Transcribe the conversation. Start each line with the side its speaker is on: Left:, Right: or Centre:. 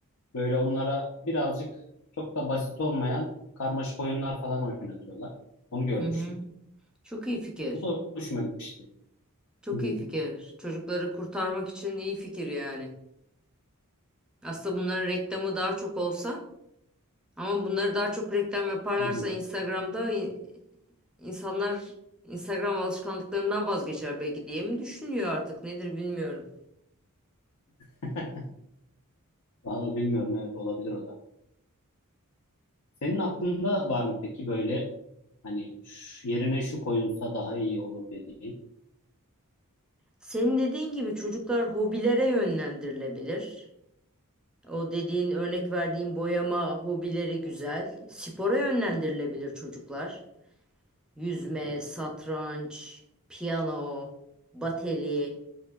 Left: böyle onlara birazcık çok da basit olmayan karmaşık oyunlar falan oynatıyorlar. Onu görmüştüm.
Centre: Hı hı. Çok iyi fikir.
Left: Bu da hoşuma gitmişti.
Centre: Çok
Left: Hı hı,
Centre: iyi fikir. Çocukları kurtarmak için iyi fikir yani. Aslında bunların reklamı daha çok olsa Ama bunları daha çok reklam yaparlarsa
Left: hı hı.
Centre: Instagram'da in- insanlar Instagram alışkanlıklarından vazgeçer belki diye mi düşünüyor artık nedir bilmiyorum.
Left: <laughs> Vallahi bilmiyorum evet olabilir o da. Senin aklında var mı peki böyle hani şu- yerine şu koyulsa daha iyi olur dediğin?
Centre: Senin dediğin gibi çocuklar hobilere yönlendirilebilir. O dediğin örnek verdiğin boyama hobileri güzel. Spora yönlendirilebilir çocuklar. Yüzme,
Left: Hı hı.
Centre: satranç, piyano, bateri,